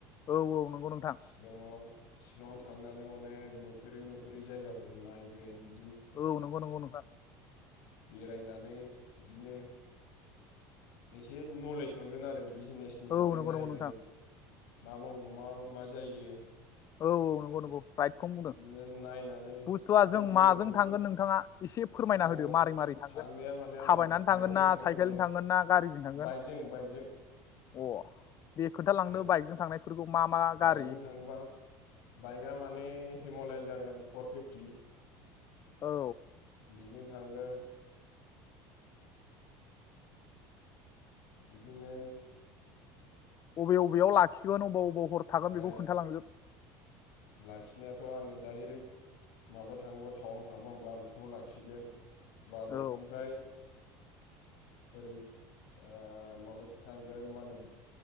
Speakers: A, on the left; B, on the left.
A: औ औ नंगौ नोंथां।
B: शिलंआव शिलंआव थांनानै अनेक नुफेरै नुफे फेरै जायगाफोरखौ नायगोन बि
A: औ नंगौ नंगौ नोंथां।
B: बेरायनानै इदिनो एसे नलेज मोनगोन आरो। बिजनेसनि
A: औ
B: बागै
A: नंगौ
B: नायगोन।
A: नंगौ नोंथां
B: मा मावो मा मा जायो
A: औ औ नंगौ नंगौ। राइटखौनो बुंदों।
B: बिदिनो नायनानै
A: बुस्थुआ
B: आरो
A: जों
B: बिनि
A: माजों
B: उनाव बेखौ
A: थांगोन नोंथाङा एसे फोरमायना
B: आङो
A: होदो मारै मारै थांगोन
B: थांनाया माने आंना
A: थाबायनानै
B: बाइकजों
A: थांगोन ना साइकेलजों
B: माने
A: थांगोन ना गारिजों थांगोन।
B: बाइकजों बाइकजों
A: अ दे खोन्थालांदो
B: बाइक
A: बाइकजों थांनायफोरखौ मा मा
B: बाइकजों
A: गारि
B: थाङोबा बाइकआ माने हिम'लयन जागोन फर फिफ्टि।
A: औ।
B: बेजों थांगोन। बिदिनो
A: बबे बबेयाव लाखिगोन अबाव अबाव हर थागोन बेखौ
B: ओ
A: खोन्थालांजोब।
B: लाखिनायाथ' आङो दाइरेक्ट माबा थाङोबा टाउनाव थाङोबा आं बालुफुङाव लाखिगोन। बालौफुंनिफ्राय
A: औ
B: ओरै ओ माबाथि थांगोन मा होनो